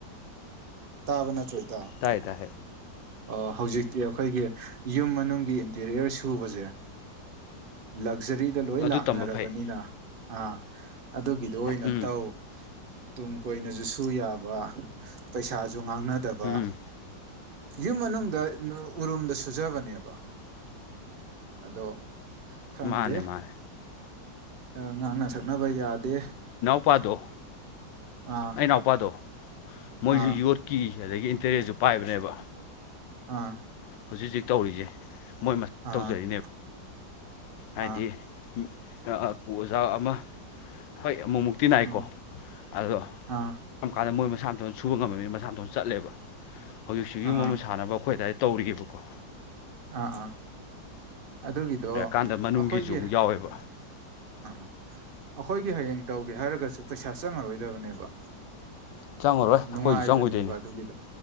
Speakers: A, on the right (about 40°); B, on the left (about 85°).
A: ꯇꯥꯕ ꯅꯠꯇ꯭ꯔꯣꯏꯇꯥꯣ
B: ꯇꯥꯏ ꯇ
A: ꯑꯣ ꯍꯧꯖꯤꯛꯇꯤ ꯑꯩꯈꯣꯏꯒꯤ ꯌꯨꯝ ꯃꯅꯨꯡꯒꯤ ꯏꯟꯇꯤꯔꯤꯌꯔ ꯁꯨꯕꯁꯦ ꯂꯛꯖꯔꯤ ꯗ ꯂꯣꯏ
B: ꯑꯗꯨ
A: ꯂꯥꯛꯅꯔꯕꯅꯤꯅ
B: ꯇꯝꯕ ꯐꯩ
A: ꯑ ꯑꯗꯨꯒꯤꯗꯣ ꯑꯣꯏꯅ
B: ꯎꯝ
A: ꯇꯧ ꯇꯨꯡ ꯀꯣꯏꯅꯁꯨ ꯁꯨ ꯌꯥꯕ ꯄꯩꯁꯥꯁꯨ ꯉꯥꯡꯅꯗꯕ
B: ꯎꯝ
A: ꯌꯨꯝ ꯃꯅꯨꯡꯗ ꯎꯔꯨꯝꯗ ꯁꯨꯖꯕꯅꯦꯕ ꯑꯗꯣ ꯈꯪꯗꯦ
B: ꯃꯥꯅꯦ ꯃꯥꯅꯦ
A: ꯉꯥꯡꯅ ꯁꯛꯅꯕ ꯌꯥꯗꯦ
B: ꯅꯨꯄꯥꯗꯣ
A: ꯑꯥ
B: ꯑꯩ ꯑꯅꯥꯎꯄꯥꯗꯣ ꯃꯣꯏꯁꯨ
A: ꯑꯥ
B: ꯌꯣꯠ ꯀꯤ ꯑꯗꯒꯤ ꯏꯟꯇꯔꯦꯁꯁꯨ ꯄꯥꯏꯕꯅꯦꯕ
A: ꯑꯥ
B: ꯍꯧꯖꯤꯛ ꯍꯧꯖꯤꯛ ꯇꯧꯔꯤꯁꯦ ꯃꯣꯏ
A: ꯑꯥ
B: ꯇꯧꯖꯔꯤꯅꯦꯕ ꯍꯥꯏꯗꯤ
A: ꯑꯥ
B: ꯑꯣꯖꯥ ꯑꯃ ꯍꯣꯏ ꯑꯃꯨꯛꯃꯨꯛꯇꯤ ꯅꯥꯏꯀꯣ
A: ꯎꯝ
B: ꯑꯗꯣ
A: ꯑꯥ
B: ꯀꯔꯝ ꯀꯥꯟꯗ ꯃꯣꯏ ꯃꯁꯥ ꯃꯊꯥꯟꯅ ꯁꯨꯕ ꯉꯝꯃꯅꯤꯅ ꯃꯁꯥ ꯃꯇꯣꯟꯅ ꯆꯠꯂꯦꯕ ꯍꯧꯖꯤꯛꯁꯨ ꯌꯨꯝ
A: ꯑꯥ
B: ꯑꯃ ꯁꯥꯟꯅꯕ ꯑꯩꯈꯣꯏ ꯑꯗꯨꯋꯥꯏ ꯇꯧꯔꯤꯑꯦꯕꯀꯣ
A: ꯑꯥ ꯑꯥ ꯑꯗꯨꯒꯤꯗꯣ
B: ꯂꯩꯔꯀꯥꯟꯗ ꯃꯅꯨꯡꯒꯤꯁꯨ
A: ꯑꯩꯈꯣꯏꯒꯤ
B: ꯑꯃꯨꯛ ꯌꯥꯎꯋꯦꯕ
A: ꯑꯥ ꯑꯥ ꯑꯩꯈꯣꯏꯒꯤ ꯍꯌꯦꯡ ꯇꯧꯒꯦ ꯍꯥꯏꯔꯒꯁꯨ ꯄꯩꯁꯥ ꯆꯪꯉꯔꯣꯏꯗꯕꯅꯦꯕ
B: ꯆꯪꯉꯔꯣꯏ ꯑꯩꯈꯣꯏꯁꯨ
A: ꯅꯨꯡꯉꯥꯏꯕꯅꯦꯕ
B: ꯆꯪꯉꯣꯏꯗꯣꯏꯅꯤ
A: ꯑꯗꯨꯒꯤꯗꯣ